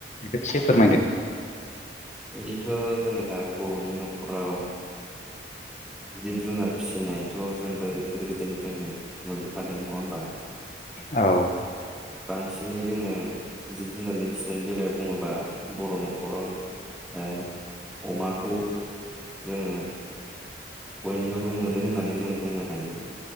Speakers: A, on the left; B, in the centre.
A: बेखौ एसे फोरमायदो
B: बिदिथ' जेनेबा बर'नि न'खराव जिब जुनार फिसिनायथ' जों गोदो गोदाय निफ्रायनो मोनबोखादों नंङा होमबा
A: औ
B: बांसिनै जोंङो जिब जुनारनि फिसिनायनि बेलायाव बुंङोब्ला बर' न'खराव ओ अमाखौ जोंङो बयनियावबो मोनो होननानै जों बुंनो हायो।